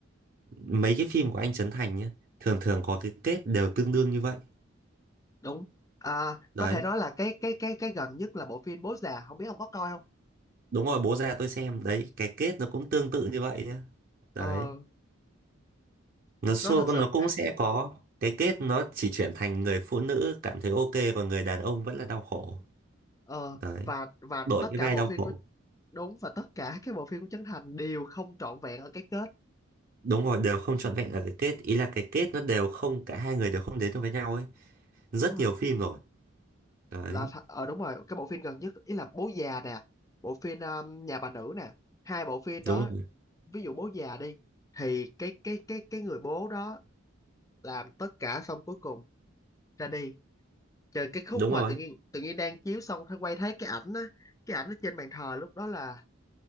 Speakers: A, on the right; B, on the left.
A: mấy cái phim của anh Trấn Thành nhé thường thường có cái kết đều tương đương như vậy
B: đúng à,
A: đấy
B: có thể nói là cái cái cái cái gần nhất là bộ phim Bố Già không biết ông có coi không
A: đúng rồi bố ra tôi xem đấy cái kết nó cũng tương tự như vậy nhé
B: ờ
A: đấy nó xua
B: nó thật
A: con
B: sự
A: nó cũng sẽ có cái kết nó chỉ chuyển thành người phụ nữ cảm thấy ok còn người đàn ông vẫn là đau khổ
B: ờ
A: đấy
B: và và
A: đổi
B: tất
A: cái
B: cả
A: vai
B: bộ
A: đau
B: phim
A: khổ
B: đúng và tất cả các bộ phim của Trấn Thành đều không trọn vẹn ở cái kết
A: đúng rồi đều không trọn vẹn ở cái kết ý là cái kết nó đều không cả hai người đều không đến được với nhau ấy rất
B: đúng rồi
A: nhiều phim rồi đấy
B: là th- ờ đúng rồi cái bộ phim gần nhất ý là Bố già nè bộ phim um, Nhà bà nữ nè hai bộ phim đó
A: đúng rồi.
B: ví dụ Bố già đi thì cái cái cái cái người bố đó làm tất cả xong cuối cùng ra đi trời cái khúc
A: đúng
B: mà
A: rồi
B: tự nhiên tự nhiên đang chiếu xong thấy quay thấy cái ảnh á cái ảnh ở trên bàn thờ lúc đó là